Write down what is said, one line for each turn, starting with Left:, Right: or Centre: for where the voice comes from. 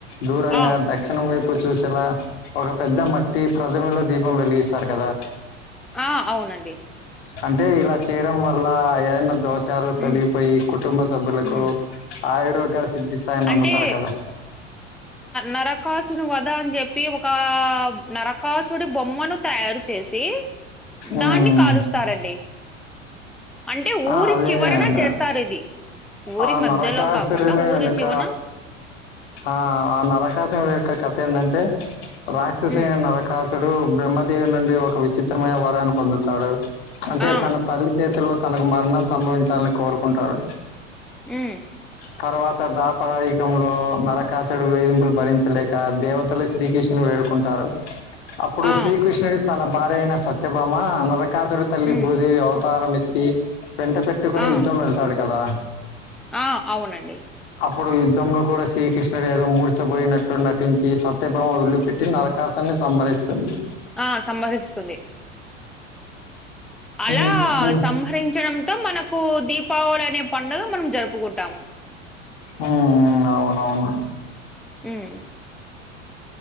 Left: దూరంగా
Centre: ఆ
Left: దక్షిణ వైపు చూసేలా ఒక పెద్ద మట్టి ప్రథమలో దీపం వెలిగిస్తారు కదా
Centre: ఆ అవునండి
Left: అంటే ఇలా చేయడం వల్ల ఏదన్నా దోషాలు తొలిగిపోయి
Centre: ఉమ్
Left: కుటుంబ సభ్యులకు
Centre: ఉమ్
Left: ఆయురోగేలు సిద్ధిస్తాయని
Centre: అంటే
Left: నమ్ముతారు కదా
Centre: నరకాసుని వద అని చెప్పి ఒక నరకాసుడి బొమ్మను తయారు చేసి
Left: ఉమ్,
Centre: దాన్ని కాలుస్తారండి అంటే
Left: ఆ
Centre: ఊరి
Left: అదే
Centre: చివరన
Left: అండి
Centre: చేస్తారు ఇది ఊరి
Left: ఆ
Centre: మధ్యలో
Left: నరకాసురుని
Centre: కాకుండా
Left: వెనుక
Centre: ఊరి చివన
Left: ఆ ఆ నరకాసి యొక్క కథ ఏంటంటే రాక్షస
Centre: ఉమ్
Left: నరకాసుడు బ్రహ్మదేవి నుండి ఒక విచిత్రమైన వరాన్ని పొందుతాడు అంటే
Centre: ఆ
Left: తన తల్లి చేతుల్లో తనకు మరణం సంభవించాలని కోరుకుంటాడు
Centre: ఉమ్
Left: తర్వాత దాబ పరాయుగంలో నరకాసుడు వేధింపులు భరించలేక దేవతలు శ్రీకృష్ణు వేడుకుంటారు అప్పుడు
Centre: ఆ
Left: శ్రీకృష్ణుడు తన భార్య అయిన సత్యభామ అ నరకాసుడు తల్లి
Centre: ఉమ్
Left: భూదేవి అవతారం ఎత్తి వెంట పెట్టుకుని
Centre: ఆ
Left: యుద్ధం వెళ్తాడు కదా
Centre: ఆ అవునండి
Left: అప్పుడు యుద్ధంలో కూడా శ్రీకృష్ణుడు ఏదో మూర్చబోయినట్టు నటించి సత్యభావ వదిలిపెట్టి నరకాసుడ్ని సంబారిస్తుంది
Centre: ఆ సంభరిస్తుంది అలా
Left: ఉమ్, ఉమ్,
Centre: సంహరించడంతో మనకు దీపావళి అనే పండుగ మనం జరుపుకుంటాము
Left: ఉమ్ అవునవును
Centre: ఉమ్